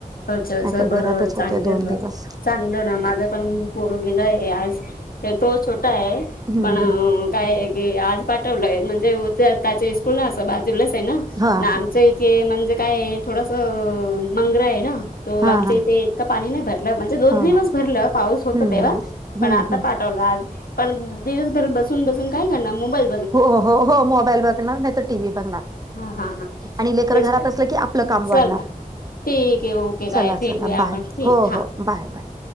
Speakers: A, on the left (about 85°); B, on the right (about 25°).
A: अच्छा अच्छा
B: नाहीतर
A: बरं
B: घरातच
A: चांगतेला.
B: होते दोन दिवस
A: चांगलं ना माझं पण पोर गेलं आहे आज हे तो छोटा आहे
B: हम्म
A: पण
B: हम्म
A: काय आहे की आज पाठवलंय म्हणजे त्याच्या स्स्कूलला असं बाजूलाच आहे ना. ना
B: हा हा
A: आमच इथे म्हणजे काय थोडस मंगर आहे ना तो
B: हा
A: आमच्या
B: हा.
A: इथे का पाणी नाही भरलं म्हणजे दोन
B: हा
A: दिवस भरलं पाऊस होत
B: हम्म
A: तेव्हा
B: हम्म
A: पण
B: हम्म
A: आता
B: हम्म.
A: प दिवसभर बसून बस काय कर मोईल
B: हो हो हो मोबाईल बघणार नाही तर टी व्ही बघणार.
A: हा हा हा
B: आणि लेकर
A: तेच
B: घरात असलं की आपलं काम वाढणार
A: चल ठीक आहे ओके. बाय
B: चला
A: भेटूया
B: चला
A: आपण
B: बाय
A: ठीक
B: हो
A: हा
B: हो बाय बाय.